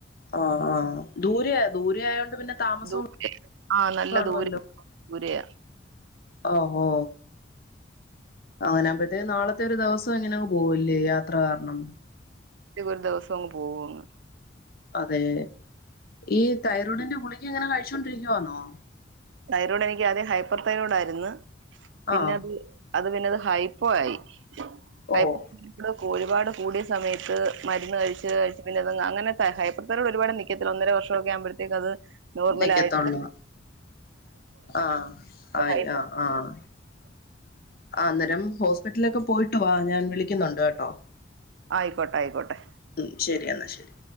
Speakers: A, on the left; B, on the right.
A: ആഹ് ആഹ് ദൂരെയാ ദൂരെ ആയതോണ്ട് പിന്നെ താമസവും
B: ദൂര ആഹ് നല്ല
A: കാണുമല്ലോ
B: ദൂരെ ദൂരയാ,
A: ഓഹ് ഓഹോ അങ്ങനെ ആകുമ്പോത്തേക്ക് നാളത്തെ ഒരു ദിവസം അങ്ങനങ്ങ് പോവുല്ലേ യാത്ര കാരണം
B: ഒരു ദിവസം അങ്ങ് പോവോങ്ങ്
A: അതെ ഈ തൈറോയ്ഡിന്റെ ഗുളിക എങ്ങനെ കഴിച്ചോണ്ടിരിക്കവാന്നോ?
B: തൈറോയ്ട് എനിക്ക് ആദ്യം ഹൈപ്പർ തൈറോഡായിരുന്നു പിന്നെ
A: ആഹ്
B: അത് അത് പിന്നെ അത് ഹൈപ്പോ ആയി ഹൈ
A: ഓഹ്
B: ഒരുപാട് കൂടിയ സമയത്ത് മരുന്ന് കഴിച്ച് കഴിച്ച് പിന്നെ അത് അങ്ങനെ ഹൈ ഒരു പാട് നിൽക്കത്തില്ല ഒന്നര വർഷമൊക്കെ ആകുമ്പഴത്തേക്ക് അത് നോർമലായിട്ട്,
A: നിക്കത്തുള്ളൂ ആഹ് ആയി
B: ഹൈപ്പോ
A: ആഹ് ആഹ് ആഹ് അന്നേരം ഹോസ്പിറ്റലിലൊക്കെ പോയിട്ടു വാ ഞാൻ വിളിക്കുന്നുണ്ട് കേട്ടോ
B: ആയിക്കോട്ടെ ആയിക്കോട്ടെ
A: ഉം ശെരി എന്നാൽ ശെരി